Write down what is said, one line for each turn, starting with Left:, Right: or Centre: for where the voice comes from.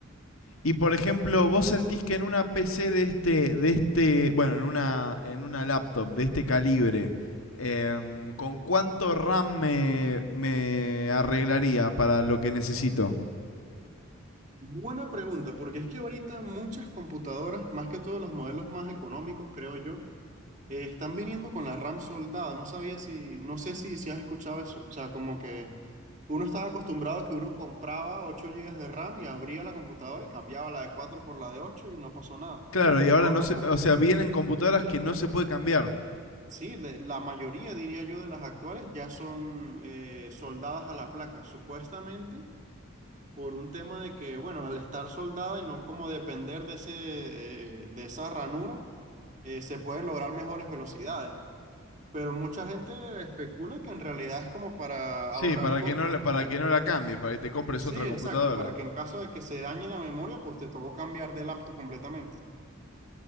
Left: y por ejemplo, vos sentís que en una PC de este, de este, bueno, en una, en una laptop de este calibre, em, ¿con cuánto RAM me, me arreglaría para lo que necesito?
Right: Buena pregunta, porque es que ahorita muchas computadoras, más que todos los modelos más económicos, creo yo, Eh, están viniendo con la RAM soldada, no sabía si, no sé si, si has escuchado eso. O sea, como que uno estaba acostumbrado a que uno compraba 8 gigas de RAM y abría la computadora y cambiaba la de 4 por la de 8 y no pasó nada.
Left: Claro, y ahora
Right: Ahora
Left: no se,
Right: no.
Left: o sea, vienen computadoras que no se puede cambiar.
Right: Sí, de- la mayoría, diría yo, de las actuales ya son eh, soldadas a la placa, supuestamente por un tema de que, bueno, al estar soldada y no como depender de ese, eh, de esa ranura, eh, se pueden lograr mejores velocidades. Pero mucha gente especula que en realidad es como para
Left: Sí,
Right: ahorrar
Left: para
Right: costos,
Left: que no, la-
Right: ¿no?
Left: para que no la cambies, para que te compres
Right: Sí,
Left: otra computadora.
Right: exacto, para que en caso de que se dañe la memoria, pues te tocó cambiar de laptop completamente.